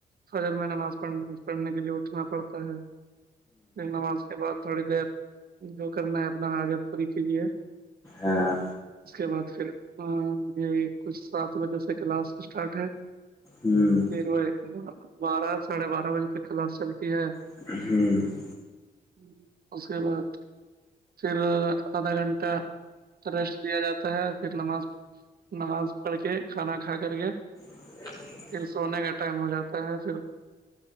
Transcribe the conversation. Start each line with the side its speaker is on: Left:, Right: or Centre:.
Right: فجر میں نماز پڑھ پڑھنے کے لیے اٹھنا پڑتا ہے پھر نماز کے بعد تھوڑی دیر جو کرنا ہے اپنا حاجت <unintelligible> <inaudible>
Left: ہاں
Right: اس کے بعد پھر <unintelligible> کچھ سات بجے سے کلاس سٹارٹ ہے
Left: ہم
Right: پھر وہی بارہ ساڑھے بارہ بجے تک خلاس چلتی ہے
Left: ہم
Right: ۔ <inaudible> اس کے بعد پھر آدھا گھنٹہ ریسٹ دیا جاتا ہے پھر نماز نماز پڑھ کے کھانا کھا کر کے
Left: ا
Right: پھر سونے کا ٹائم ہو جاتا ہے پھر